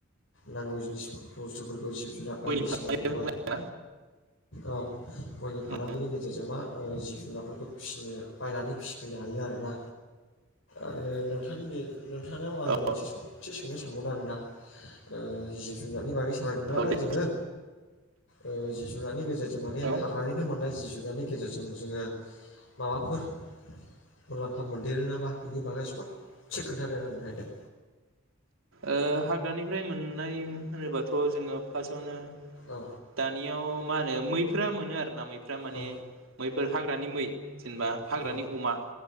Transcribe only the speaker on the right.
गयनि फालांगियाबो मोजां
ना
औ
औ दे
हेलौ ओ
ओ हाग्रानिफ्राय मोननाय होनोबाथ' जोङो फासावनो
दानियाव मा होनो मैफ्रा मोनो आरोना मैफ्रा माने
मैफोर हाग्रानि मै। जेनबा हाग्रानि
अमा